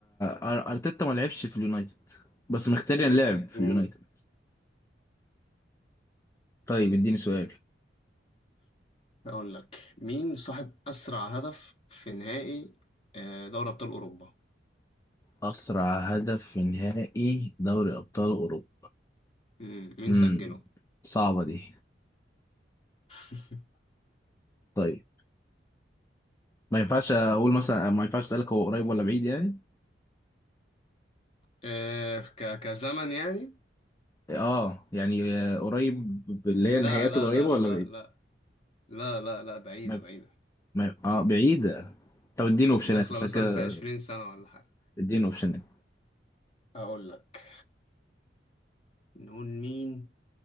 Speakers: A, on the left; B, on the left.
A: أر- ارتيتا ما لعبش في اليونايتد بس مختاري لعب في
B: امم
A: اليونايتد طيب اديني سؤال
B: اقول لك مين صاحب اسرع هدف في نهائي آه، دوري ابطال اوروبا
A: اسرع هدف في نهائي دوري ابطال اوروبا
B: مم، مين
A: امم
B: سجله
A: صعبه دي
B: <laughs>
A: طيب ما ينفعش اقول مثلا ما ينفعش اسالك هو قريب ولا بعيد يعني
B: آه، ك كزمن يعني
A: اه يعني آه، قريب اللي
B: لا
A: هي النهائيات
B: لا
A: القريبه
B: لا
A: ولا
B: لا
A: بعيد
B: لا لا لا لا بعيدة
A: ما
B: بعيدة
A: ينف- ما ينف- اه بعيده طب اديني اوبشنات
B: داخلة
A: عشان
B: مثلا
A: كده
B: في عشرين سنة ولا حاجة
A: اديني اوبشنات
B: أقول لك نقول مين